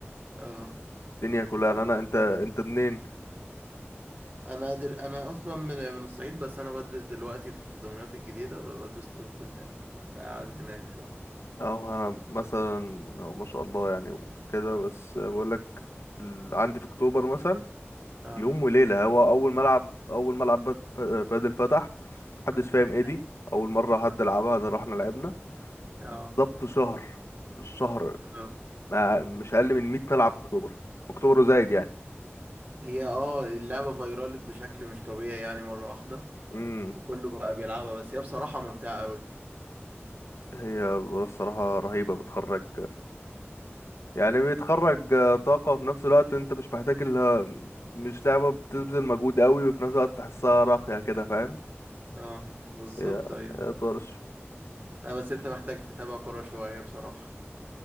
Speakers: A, on the right (about 40°); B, on the left (about 80°).
A: اه
B: الدنيا كلها انا أنا- انت انت منين
A: انا أدر... انا اصلا من من الصعيد بس انا بدرس دلوقتي في دمياط الجديدة ب- بدرس طب هناك فقاعد هناك شو
B: اه انا مثلا هو ما شاء الله يعني وكده بس بقول لك ال- عندي في اكتوبر مثلا
A: اه
B: في يوم وليلة هو أول ملعب أول ملعب باد- باد- بادل فتح محدش فاهم ايه دي
A: هاي.
B: أول مرة حد لعبها ده رحنا لعبنا
A: اه
B: بالظبط شهر شهر
A: اه
B: ما مش أقل من 100 ملعب في أكتوبر أكتوبر وزايد يعني
A: هي اه اللعبة فيرالت بشكل مش طبيعي يعني مرة واحدة
B: امم
A: وكله بقى بيلعبها بس هي بصراحة ممتعة قوي
B: هي الصراحة رهيبة بتخرج يعني بتخرج طاقة في نفس الوقت انت مش محتاج اللي مش لعبة بتبذل مجهود قوي وفي نفس الوقت تحسها راقية كده فاهم
A: اه بالظبط
B: هي
A: ايوه
B: هي طرش
A: لا بس انت محتاج تتابع كورة شوية بصراحة